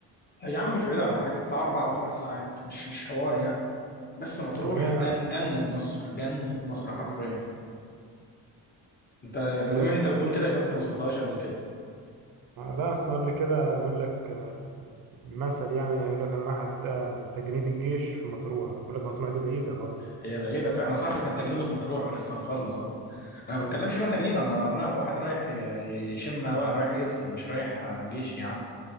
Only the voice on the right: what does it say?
طب أنا
مم.
هي
ده أصلا قبل كده يقول لك آه، مثل يعني يقول لك أنا رايح أت- آه، تجنيد الجيش في مطروح يقول لك مطروح دي بعيدة خالص
مم.